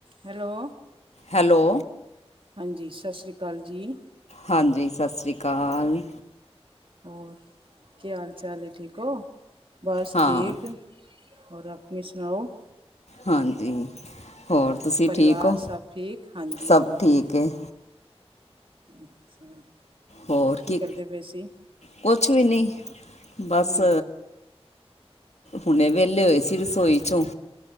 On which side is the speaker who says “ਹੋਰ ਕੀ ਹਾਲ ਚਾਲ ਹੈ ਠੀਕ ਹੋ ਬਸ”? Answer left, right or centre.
Right